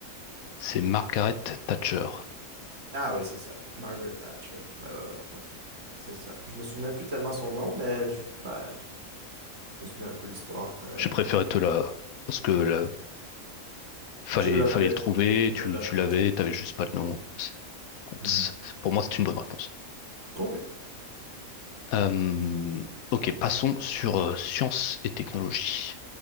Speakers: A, on the left; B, on the right.
A: c'est Margaret Thatcher.
B: Ah oui, c'est ça. Margaret Thatcher. Ouais, ouais, ouais, ouais. C'est ça. Je me souvenais plus tellement son nom, mais je, bah, je, je me souvenais un peu l'histoire. euh,
A: Je préférais
B: ouais.
A: te la, parce que la, Fallait,
B: Je l'aurais.
A: fallait le trouver,
B: Je
A: tu,
B: l'aurais
A: tu l'avais,
B: deviné.
A: t'avais juste pas
B: Wow.
A: le nom. C'est-
B: Mhm.
A: c'est- Pour moi, c'est une bonne réponse.
B: OK.
A: Euh, ok, passons sur euh, sciences et technologies.